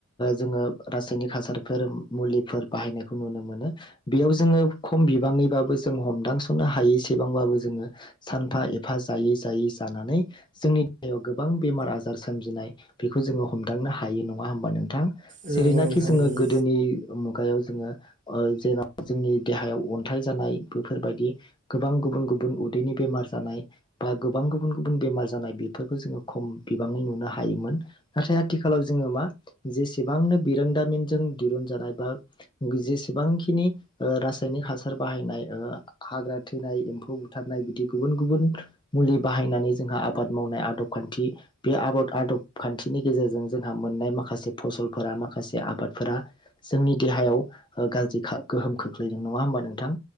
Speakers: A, on the left (about 20°); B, on the right (about 35°).
A: जोङो रासायनिक हासारफोर मुलिफोर बाहायनायखौ नुनो मोनो बेयाव जोङो खम बिबाङैबाबो जों हमदांसननो हायैसेबांबाबो जोङो सानफा एफा जायै जायै जानानै जोंनि देहायाव गोबां बेमार आजार सोमजिनाय बेखौ जोङो हमदांनो हायो नङा होमबा नों थां
B: नंगौ
A: जेरैनाखि
B: नोंथां
A: जोङो
B: नंगौ
A: गोदोनि मुगायाव। जोङो अ जेरा <unintelligible> जोंनि। देहायाव अन्थाइ जानाय बेफोरबायदि गोबां गुबुन गुबुन उदैनि बेमार जानाय बा गोबां गुबुन गुबुन बेमार जानाय बेफोरखौ जोङो खम बिबाङै नुनो हायोमोन नाथाय आथिखालाव जोङो मा जेसेबांनो बिरोंदामिनजों दिरुन जानाय बा जेसेबांखिनि ओ रास सायनिक हासार बाहायनाय ओ हाग्रा थैनाय एम्फौ बुथारनाय बिदि गुबुन गुबुन मुलि बाहायनानै जोंहा आबाद मावनाय आदब खान्थि बे आबद आदब खान्थिनि गेजेरजों जोंहा मोननाय माखासे फसलफोरा माखासे आबादफोरा जोंनि देहायाव गाज्रि खा गोहोम खोख फैदों नङा होमबा नोंथां